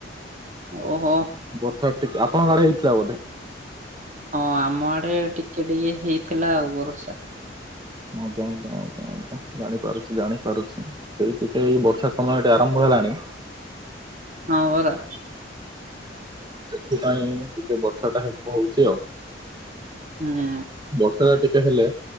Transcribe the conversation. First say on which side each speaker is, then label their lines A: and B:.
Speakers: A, on the right; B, on the right.
A: ଓହୋ
B: ବର୍ଷା ଟିକେ ଆପଣଙ୍କ ଗାଡେଇ ହେଇଥିଲା ବୋଧେ
A: ହଁ ଆମ ଆଡେ ଟିକେ ଟିକେ ହେଇଥିଲା ଆଉ ବରସା
B: ଆଜ୍ଞା ଆଜ୍ଞା ଆଜ୍ଞା ଜାଣିପାରୁଛି ଜାଣିପାରୁଛି ସେଇ ଟିକେ ଏଇ ବର୍ଷା ସମୟେ ଆରମ୍ଭ ହେଲାଣି
A: ହଁ ବରା
B: ଏଥିପାଇଁ ଟିକେ ବର୍ଷା ଟା ହଉଛି ଆଉ
A: ହୁଁ
B: ବର୍ଷା ଟା ହେଲେ